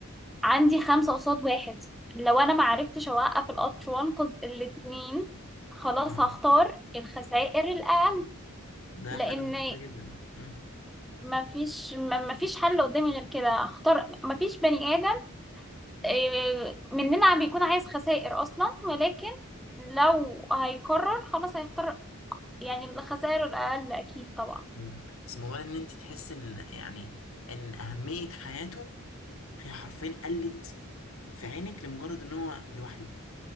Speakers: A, in the centre; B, on the left (about 65°).
A: عندي خمسة قصاد واحد لو أنا ما عرفتش أوقف القطر وأنقذ الاتنين خلاص
B: مم.
A: هختار الخسائر الأقل
B: ده
A: لأن
B: حاجة منطقية جدا مم.
A: ما فيش ما فيش حل قدامي غير كده هختار ما فيش بني آدم إيه، مننا بيكون عايز خسائر اصلا ولكن لو هيقرر خلاص هيختار يعني الخسائر الاقل اكيد طبعا
B: مم. بس موضوع إن أنت تحس إن يعني إن أهمية حياته هي حرفيا قلت في عينك لمجرد إن هو لوحده